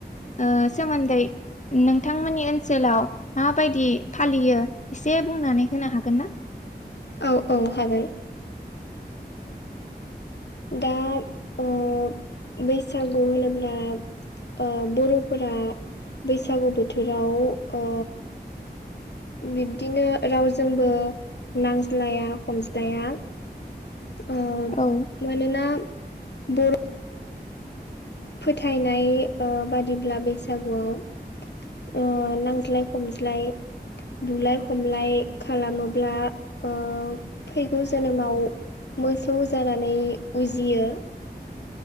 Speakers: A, on the left; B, on the left.
A: ओ सोमोन्दै नोंथांमोननि ओनसोलाव माबायदि फालियो एसे बुंनानै होनो हागोन ना?
B: औ औ हागोन। दा ओ बैसागु होनोब्ला ओ बर'फोरा बैसागु बोथोराव ओ बिब्दिनो रावजोंबो नांज्लाया खमज्लाया ओ
A: औ
B: मानोना बर' फोथायनाय ओ बादिब्ला बैसागुआव ओ नांज्लाय खमज्लाय बुलाय खमलाय खालामोब्ला ओ फैगौ जोनोमाव मोसौ जानानै उजियो।